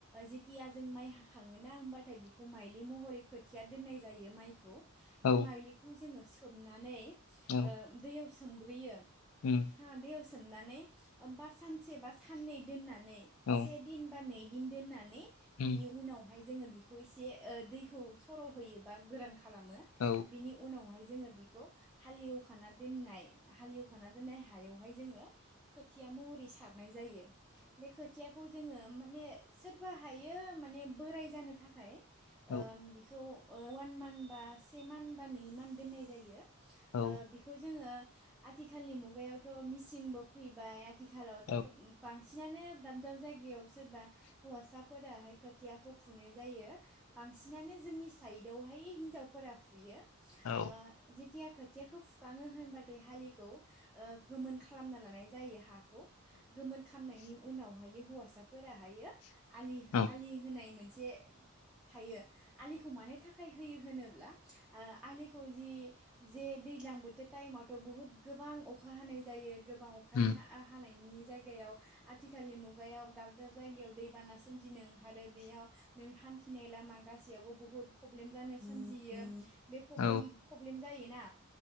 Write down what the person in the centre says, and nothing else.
जेथिया जों माइ हाखाङोना होमबाथाय बेखौ माइलि महरै खोथिया दोननाय जायो माइखौ
बे माइलिखौ जोङो सोमनानै
दैयाव सोमना सोमग्रोयो
<unintelligible> सोमनानै ओम सानसे बा साननै दोननानै
से दिन बा नै दिन दोननानै
बिनि उनाव ओमफाय जोङो बेखौ एसे ओ दैखौ सर' होयोबा गो खालामो
बिनि उनावहाय जोङो बेखौहाय हालेवखाना दोननाय हायावहाय जोङो खोथिया महरै सारनाय जायो बे खोथिया खौ जोङो माने सोरबा हायो माने बोराय जानो थाखाय ओ
बिखौ अवान मान्थ बा से मान्थ बा नै मान्थ दोननाय जायो। ओ
बिखौ जोङो आथिखालनि मुगायावथ' मिसिंबो फैबाय खालावथ'
<unintelligible> बांसिनानो दाब दाब जायगायाव सोरबा हौवासाफोराहाय खोथियाखौ फुनाय जायो। बांसिनानो जोंनि साइदआवहाय हिन्जावफोरा फुयो। औ‌
जे खोथिया खोथियाखौ फुखाङो होनबाथाय हालिखौ गोमोन खालामना लानाय जायो हा खौ गोमोन खामनायनि उनाव हुवा फोराहायो आ
आलि होनाय मोनसे सेे थायो। आलिखौ मानि थाखाय आखाइ होयो होनोब्ला ओ आलिखौ जि जे दैज्लां बोथोर टाइमावथ' बहुत गोबां अखा हानाय जायो गोबां अखानि
हा हानायनि जायगायाव आथिखालनि मुगायाव दाब दाब जायगायाव दैबाना सोमजिदों। आरो बेयाव नों फिनाय लामा गासैयावबो बुहुद प्रब्लेम जानो सोमजियो बेे प्रब्लेम
प्रब्ले जायो ना।